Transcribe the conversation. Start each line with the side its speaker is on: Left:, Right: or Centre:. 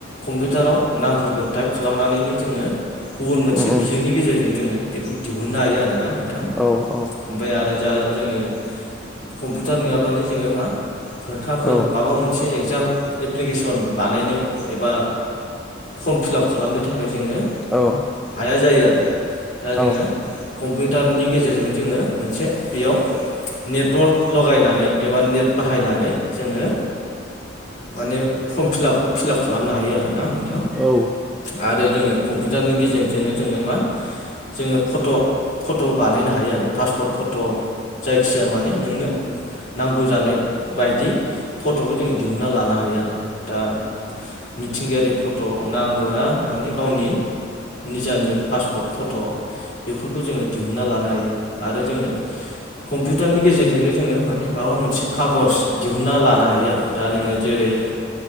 Left: कम्पिउटाराव नामफोरखौ टाइप खालामनानैनो जोङो गुबुन मोनसे
Centre: उम
Left: बिजोंनि गेजेरजों जोङो बेखौ दिहुननो हायो आरोना नों
Centre: औ औ
Left: ओमफ्राय आरो जा जोङो कम्पिउटार नङाबानो जोङो मा फोरखा फोर
Centre: औ
Left: माबा मोनसे एग्जाम एप्लिकेसन बानायनो एबा फर्म फिलाप खालामनो थाखाय जोङो
Centre: औ
Left: हाया जायो आरो दा
Centre: औ उम औ उम औ उम औ
Left: जोङो कम्पिउटारनि गेजेरजों जोङो मोनसे बेयाव नेटवर्क लगायनानै एबा नेट बाहायनानै जोङो माने फर्म फिलापखौ फिलाप खालामनो हायो आरो ना नोंथां?
Centre: औ
Left: आरो जोङो कम्पिउटारनि गेजेरजोंनो जोङो मा जोङो फट' फट' बानायनो हायो आरो पासपर्ट फट' जायखिजाया माने नोंनो नांगौ जानाय बायदि। फट'खौ जोङो दिहुनन्ना लानो हायो आरो दा मिथिंगायारि फट' नांगौ ना? माने गावनि निजानि पासपर्ट फट' बेफोरखौ जोङो दि दिहुनना लानो हायो आरो जोङो कम्पिउटारनि गेजेरजोंनो जोङो मानि माबा मोनसे खागज दिहुनन्ना लानो हायो आरो दा नोङो जेरै